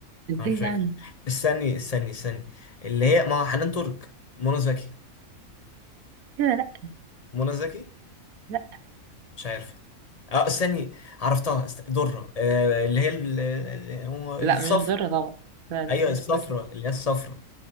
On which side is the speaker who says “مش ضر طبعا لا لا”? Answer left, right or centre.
Right